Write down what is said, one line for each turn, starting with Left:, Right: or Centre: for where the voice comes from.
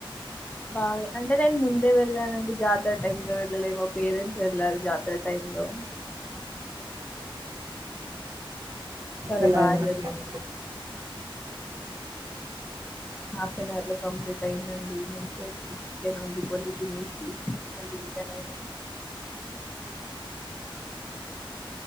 Left: బాలే అంటే నేను ముందే వెళ్ళానండి, జాతర టైమ్ లో వెళ్ళలే మా పేరెంట్స్ వెళ్ళారు, జాతర టైమ్ లో చాలా
Right: ఎలా
Left: బాగా
Right: అయింది
Left: జరిగింది
Right: అండి
Left: ఆఫన్వర్లో కంప్లీట్ అయిందండి మంచి గా చికెన్ వండుకొని తినేసి మళ్ళీ రిట్రన్ అయినాం